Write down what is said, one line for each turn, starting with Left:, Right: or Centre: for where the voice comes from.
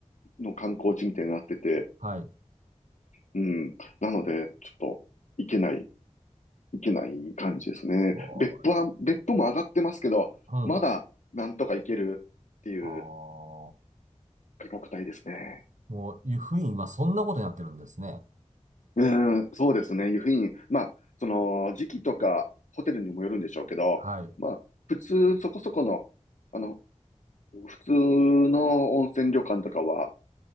Left: の観光地みたいになってて、
Right: あ、はい。
Left: うん。なので、ちょっと行けない、行けない感じですね。
Right: お
Left: 別府は、別府も上がってますけど、
Right: うん。
Left: まだなんとか行けるっていう
Right: ああ、
Left: 価格帯ですね。
Right: もういうふうに今そんなことになってるんですね。
Left: うん、そうですね。湯布院。まあ、その、時期とか、ホテルにもよるんでしょうけど、
Right: はい。
Left: まあ、普通、そこそこの、あの、普通の温泉旅館とかは、